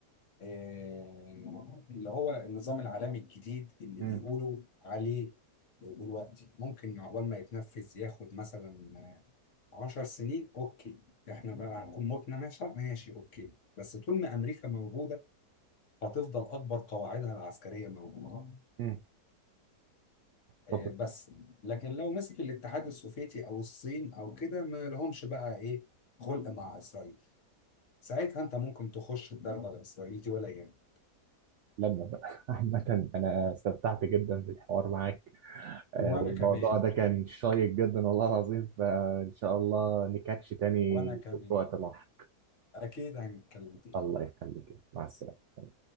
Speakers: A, on the left (about 55°); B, on the right (about 70°).
A: آه اللي هو النظام العالمي الجديد اللي
B: امم
A: بيقولوا عليه دلوقتي ممكن عقبال ما يتنفذ ياخد مثلا آه، 10 سنين اوكي احنا بقى هنكون متنا ماشي ماشي اوكي بس طول ما امريكا موجوده هتفضل اكبر قواعدها العسكريه موجوده
B: امم
A: آه،
B: طب
A: بس لكن لو مسك الاتحاد السوفيتي او الصين او كده ما لهمش بقى ايه خلق مع اسرائيل ساعتها انت ممكن تخش الدغدغه الاسرائيلي دي ولا يهمك
B: لما بقى <laughs> عامة أنا استمتعت جدا بالحوار معاك آه،
A: وانا
B: والموضوع
A: كمان
B: ده كان شيق جدا والله العظيم فإن شاء الله نكاتش تاني
A: وانا كمان
B: في وقت لاحق
A: اكيد هنتكلم تاني
B: الله يخليك مع السلامة